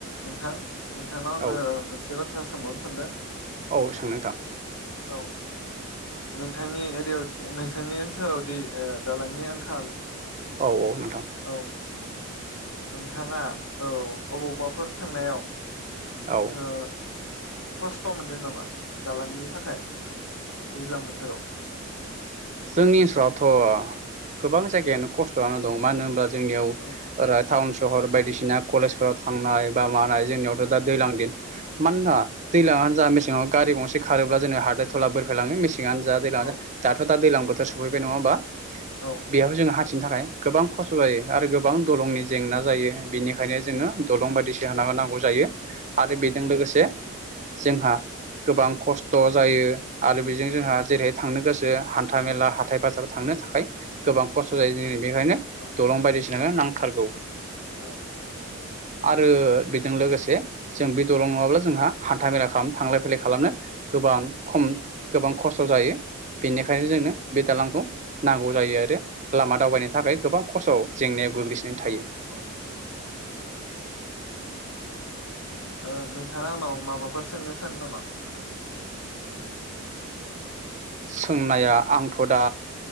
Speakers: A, on the left; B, on the right.
A: नोंथां, नोंथांनाव
B: औ
A: आङो मोनसे बाथ बाथ्रा सोंबावनो सानदों ।
B: औ सों नोंथां
A: औ नोंथांनि एरियायाव नोंसानि ओनसोलावदि दालांनि आंखाल ।
B: औ औ नों
A: औ नोंथाङा, औ अबावबाफोर थांनायाव ।
B: औ
A: ओ खस्थ' मोनदों नामा दालांनि थाखाय दैज्लां बोथोराव?
B: जोंनि ओनसोलावथ' गोबां जायगायानो खस्थ'आनो दं मानो होनबा जोंनियाव
A: औ
B: <unintelligible> सहर बायदिसिना कलेजफोराव थांनाय। बा मानाय जोंनियावथ'
A: औ
B: दा दैलां दिन मानोना दैलांआनो जा मेसें जोंनाव गारि गंसे खारोबा जोंनाव हा <unintelligible> मेसेङानो जा दैज्लां
A: औ
B: जा दा दैलांबोथोर सफैबाय नङा होमबा?
A: औ
B: बेयाव जोङो हा थिनो थाखाय गोबां खस्थ' जायो। आरो गोबां दलंनि
A: औ
B: जेंना जायो। बेनो, बेखायनो जोङो दलं बायदिसि <unintelligible> नांगौ जायो। आरो
A: औ
B: बेजों लोगोसे। जोंहा गोबां खस्थ' जायो आरो बेजों जोंहा जेरैहाय थांनो गोसो। हान्था मेला हाथाय बाजाराव थांनो थाखाय गोबां खस्थ' जायो। जों बे बेखायनो
A: औ
B: गोबां बायदिसिना जोंनो नांथारगौ।
A: औ।
B: आरो बेजों लोगोसे जों बे दलं नङाब्ला जोंहा हान्था मेला खालामनो थांलाय फैलाय खालामनो। गोबां खम गोबां खस्थ' जायो। बेनिखायनो जोंनो बे दालांखौ । नांगौ जायो आरो। लामा
A: औ
B: दावबायनो थाखाय गोबां। खस्थ' जेंनायाव । गोग्लैसोनानै थायो।
A: औ ओ नोंथाङा आंनाव माबाफोर सोंनो सानो नामा?
B: सोंनाया आंथ' दा